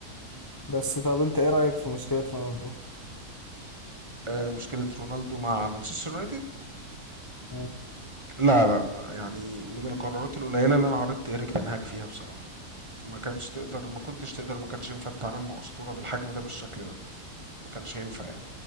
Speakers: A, on the left (about 20°); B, on the right (about 20°).
A: بس طب انت ايه رأيك في مشكلة رونالدو؟
B: آه مشكلة رونالدو مع مانشستر يونايتد
A: مم.
B: لا لا ما يعني من القرارات القليلة اللي انا عرضت إيريك تنهاك فيها بصراحة ما كانش تقدر ما كنتش تقدر ما كانش ينفع تتعامل مع أسطورة بالحجم ده بالشكل ده ما كانش هينفع يعني